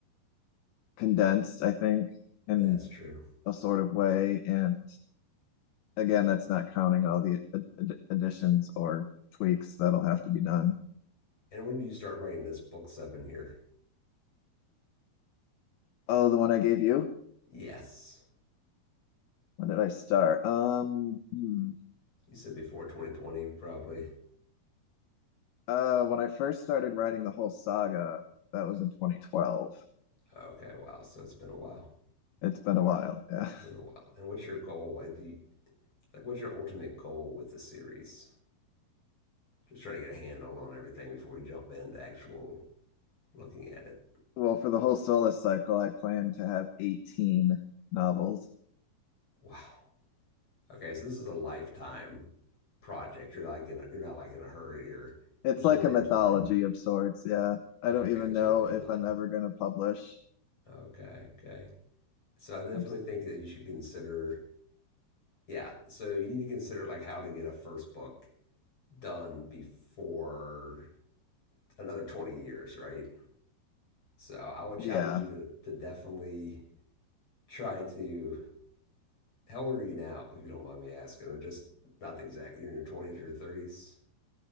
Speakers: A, on the left (about 75°); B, on the left (about 30°).
A: condensed, I think, in
B: That's true.
A: a sort of way. And again, that's not counting all the ad- ad- additions or tweaks that'll have to be done.
B: And when did you start writing this book seven here?
A: Oh, the one I gave you?
B: Yes,
A: When did I start? Um, hmm.
B: you said before 2020, probably.
A: Uh, when I first started writing the whole saga, that was in 2012.
B: Okay, wow. So it's been a while.
A: It's been a while. Yeah.
B: Been a while. And what's your goal? Uh, Like, what's your ultimate goal with the series? Just trying to get a handle on everything before we jump into actual looking at it.
A: Well, for the whole Solus cycle, I plan to have 18 novels.
B: Wow. Okay, so this is a lifetime project. You're like in, a, you're not like in a hurry or
A: It's
B: there's
A: like
B: no deadline.
A: a mythology of sorts. Yeah. I
B: Okay,
A: don't even
B: there's
A: know
B: no deadline.
A: if I'm ever going to publish.
B: Okay, okay. So I definitely
A: I'm, s-
B: think that you should consider yeah, so you need to consider like how to get a first book done before another 20 years, right? So I would challenge
A: yeah.
B: you to, to definitely try to how old are you now, if you don't mind me asking, or just not exactly you're in your twenties or your thirties?